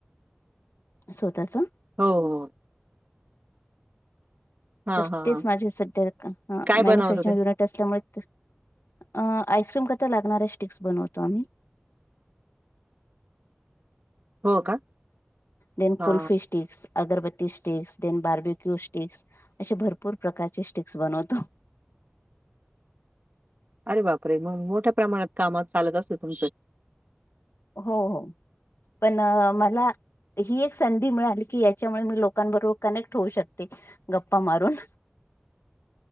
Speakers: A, on the left; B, on the right.
A: स्वतःच
B: हो हो हा
A: तर
B: हा
A: तेच
B: हा
A: माझे सध्या अ
B: काय
A: मॅन्यूफॅक्चरिंग
B: बनवलं ते
A: युनिट असल्यामुळे, अ आईसक्रीम करता लागणाऱ्या स्टिक्स बनवतो आम्ही.
B: हो का
A: देन
B: हा
A: kulfi sticks, agarbatti sticks, then barbecue स्टी स्टिक्स, असे भरपूर प्रकारचे स्टिक्स बनवतो.
B: अरे बापरे मंग, मोठ्या प्रमाणात काम चालत असतील तुमच.
A: हो हो पण मला ही एक संधी मिळाली की, याच्यामुळे मी लोकांबरोबर कनेक्ट होऊ शकते गप्पा मारून.